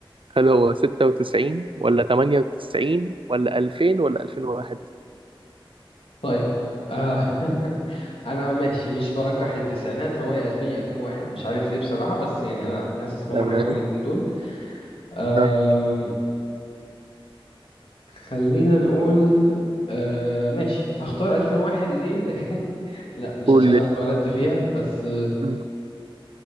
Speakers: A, on the right; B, on the left.
A: هل هو 96 ولا 98 ولا 2000 ولا 2001؟
B: طيب آه <laughs> انا ماشي مش برجح التسعينات هو يا 2000 يا 2001 مش عارف ليه بصراحة بس يعني انا حاسس ان هم
A: تمام
B: حاجة من الاتنين دول آه
A: ها
B: خلينا نقول آه ماشي هختار 2001 ليه؟ لأ, <laughs> لا مش
A: قول
B: عشان انا
A: لي
B: اتولدت فيها بس آه،
A: مم.